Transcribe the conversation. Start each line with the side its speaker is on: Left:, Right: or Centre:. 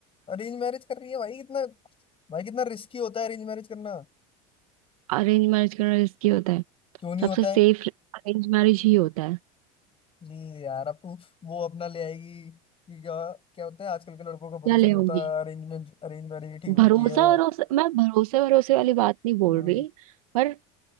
Left: अरेंज मैरिज कर रही है भाई कितना भाई कितना रिस्की होता है अरेंज मैरिज करना
Right: अरेंज मैरिज करना रिस्की होता है
Left: क्यों नहीं
Right: सबसे
Left: होता
Right: सेफ
Left: है
Right: अरेंज मैरिज ही होता है
Left: नहीं यार अब तू वो अपना ले आएगी कि क्या क्या होता है आजकल के लड़कों का
Right: क्या
Left: भरोसा
Right: ले
Left: नहीं
Right: आऊंगी
Left: होता अरेंजमेंट अरेंज मैरिज ठीक होती
Right: भरोसा
Left: है
Right: भरोसा मैं भरोसे भरोसे वाली बात नहीं बोल
Left: हम्म
Right: रही पर